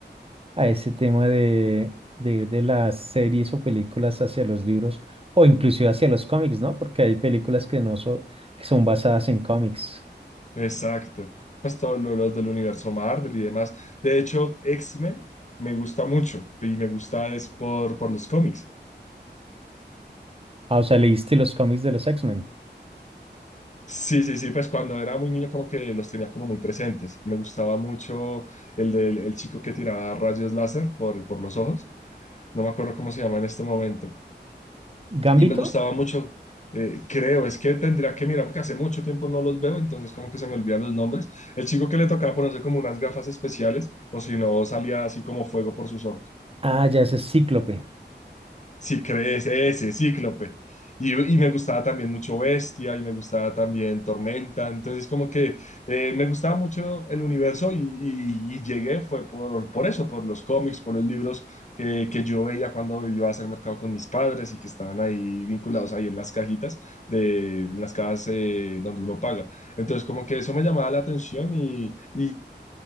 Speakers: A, on the right; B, on the left.
A: a ese tema de, de ir de las series o películas hacia los libros o inclusive hacia los cómics, ¿no? Porque hay películas que no son, que son basadas en cómics.
B: Exacto. Pues todos lo- los del universo Marvel y demás. De hecho, X-Men me gusta mucho y me gusta es por, por los cómics.
A: Ah, o sea, leíste los cómics de los X-Men.
B: Sí, sí, sí, pues cuando era muy niño como que los tenía como muy presentes. Me gustaba mucho el del el chico que tiraba rayos láser por, por los ojos. No me acuerdo cómo se llama en este momento.
A: ¿Gambito?
B: Y me gustaba mucho, eh, creo, es que tendría que mirar porque hace mucho tiempo no los veo, entonces como que se me olvidan los nombres. El chico que le tocaba ponerse como unas gafas especiales o si no salía así como fuego por sus ojos.
A: Ah, ya ese es Cíclope.
B: Sí, crees, ese, Cíclope. Y, y me gustaba también mucho Bestia y me gustaba también Tormenta. Entonces, como que eh, me gustaba mucho el universo y, y- y llegué fue por, por eso, por los cómics, por los libros que, que yo veía cuando yo iba a hacer mercado con mis padres y que estaban ahí vinculados ahí en las cajitas, de, en las cajas eh, donde uno paga. Entonces, como que eso me llamaba la atención y, y